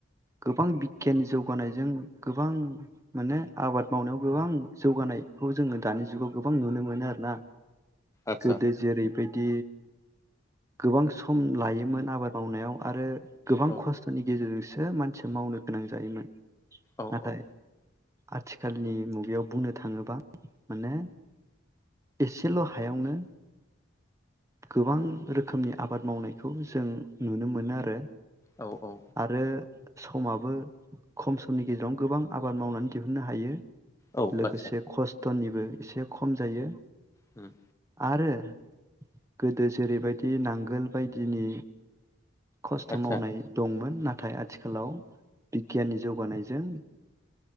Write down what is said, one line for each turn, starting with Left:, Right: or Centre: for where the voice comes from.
Right: गोबां बिगियाननि जौगानायजों। गोबां माने आबाद मावनायाव गोबां जौगानायखौ जोङो दानि जुगाव गोबां नुनो मोनो आरो ना।
Left: आदसा
Right: गोदो जेरै बिदि गोबां सम लायोमोन आबाद मावनायाव आरो। गोबां
Left: औ
Right: खस्थ'नि गेजेरजों। सो मानसि मावनो गोनां जायोमोन।
Left: औ
Right: नाथाय
Left: औ।
Right: आथिखालनि मुगायाव बुंनो थाङोबा माने एसेल' हायावनो गोबां रोखोमनि आबाद मावनायखौ जों नुनो मोनो आरो।
Left: औ औ
Right: आरो समाबो खम समनि गेजेरावनो गोबां आबाद मावनानै दिहुननो हायो।
Left: औ
Right: लोगोसे
Left: आदसा
Right: खस टननिबो एसे खम जायो।
Left: होम
Right: आरो गोदो जेरैबायदि नांगोल बायदिनि खस्थ'
Left: आदसा
Right: मावनाय दंमोन। नाथाय आथिखालाव बिगियाननि जौगानायजों